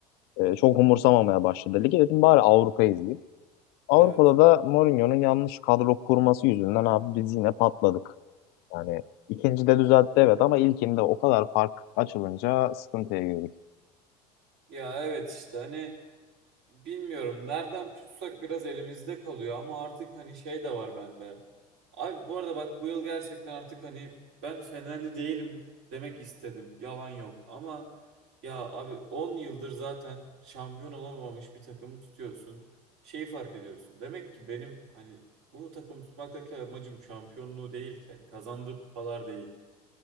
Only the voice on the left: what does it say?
e, çok umursamamaya başladı ligi dedim bari Avrupa izleyeyim. Avrupa'da
da Mourinho'nun yanlış kadro kurması yüzünden abi biz yine patladık. Yani ikincide düzeltti evet ama ilkinde o kadar fark açılınca sıkıntıya girdik.